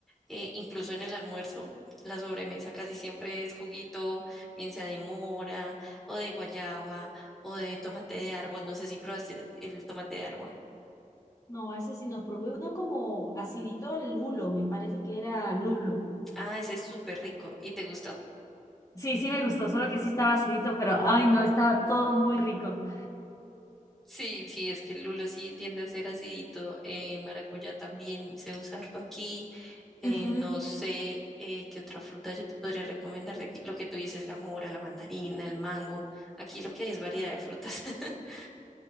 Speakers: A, in the centre; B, on the left.
A: eh, incluso en el almuerzo. La sobremesa casi siempre es juguito, bien sea de mora o de guayaba o de tomate de árbol. No sé si probaste el el tomate de árbol.
B: No, ese sí no, probé uno como acidito lulo, me parece que era lulo.
A: Ah, ese es súper rico. ¿Y te gustó?
B: Sí, sí me gustó, solo que sí estaba acidito, pero ay, no, está todo muy rico.
A: Sí, sí, es que el lulo sí tiende a ser acidito. El maracuyá también se usa harto aquí. Eh,
B: Ujú.
A: no sé eh, qué otra fruta yo te podría recomendar de aquí. Lo que tú dices, la mora, la mandarina, el mango. Aquí lo que hay es variedad de frutas. <laughs>